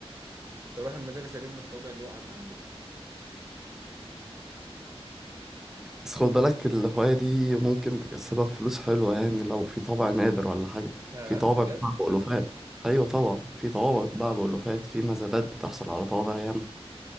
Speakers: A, on the right (about 30°); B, in the centre.
A: كنت اروح المدارس الم الطابع اللي وقع من عندهم
B: بس خد بالك الهواية دي ممكن تكسبك فلوس حلوة يعني لو في طابع نادر ولا حاجة
A: اه
B: في طوابع
A: بجد
B: بتتباع بألوفات أيوة طبعا في طوابع بتتباع بألوفات في مزادات بتحصل على طوابع ياما